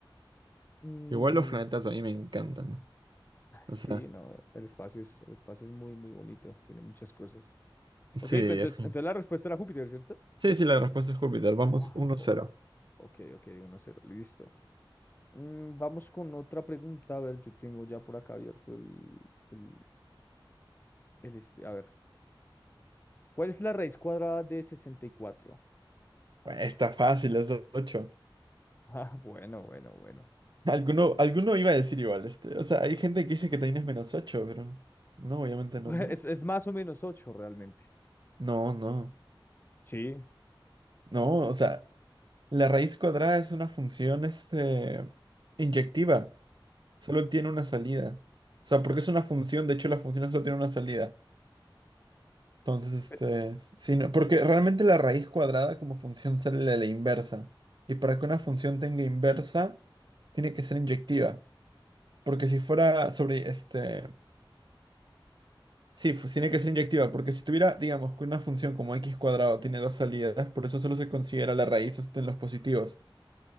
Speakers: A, on the left; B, on the right.
A: mm,
B: Igual los planetas a mí me encantan.
A: ah,
B: O
A: sí,
B: sea,
A: no, el espacio es, el espacio es muy, muy bonito, tiene muchas cosas. Ok,
B: sí,
A: pues entonces,
B: es-
A: entonces la respuesta era Júpiter, ¿cierto?
B: Sí, sí, la respuesta es Júpiter. Vamos
A: <laughs>
B: uno cero
A: Ok, ok, uno cero, listo. Mm, vamos con otra pregunta. A ver, yo tengo ya por acá abierto el, el, el este. A ver, ¿cuál es la raíz cuadrada de 64? <laughs>
B: Bueno, está fácil, es ocho
A: Ah, bueno, bueno, bueno.
B: Alguno, alguno iba a decir igual este. O sea, hay gente que dice que también es menos ocho pero no, obviamente
A: <laughs>
B: no, ¿no?
A: Es, es más o menos 8, realmente.
B: No, no,
A: Sí,
B: no, o sea, la raíz cuadrada es una función, este, inyectiva, solo tiene una salida. O sea, porque es una función, de hecho la función solo tiene una salida. Entonces, este,
A: pe-
B: si no- porque realmente la raíz cuadrada como función sale de la inversa. Y para que una función tenga inversa, tiene que ser inyectiva. Porque si fuera sobre, este, sí, fu- tiene que ser inyectiva, porque si tuviera, digamos, que una función como x cuadrado tiene dos salidas, por eso solo se considera la raíz, este, en los positivos.